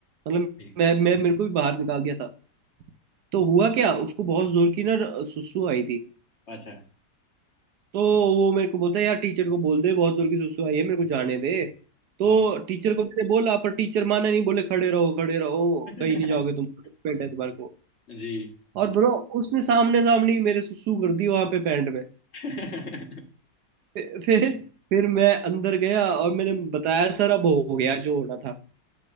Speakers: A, on the right; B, on the left.
A: मतलब
B: ठीक
A: मैं मैं मेरे को भी बाहर निकाल दिया था तो हुआ क्या उसको बहुत जोर की ना सुसु आई थी
B: अच्छा
A: तो वो मेरे को बोलता है यार टीचर को बोल दे बहुत जोर की सुसु आई है मेरे को जाने दे तो
B: हाँ
A: टीचर को मैंने बोला पर टीचर माने नहीं बोले खड़े रहो खड़े रहो
B: <laughs>
A: कहीं नहीं जाओगे तुम पेट है तुम्हारे को
B: जी
A: और ब्रो उसने सामने सामने ही मेरे सुसु कर दी वहां पे पैंट
B: <laughs>
A: फिर फिर फिर मैं अंदर गया और मैंने बताया सर अब हो गया जो होना था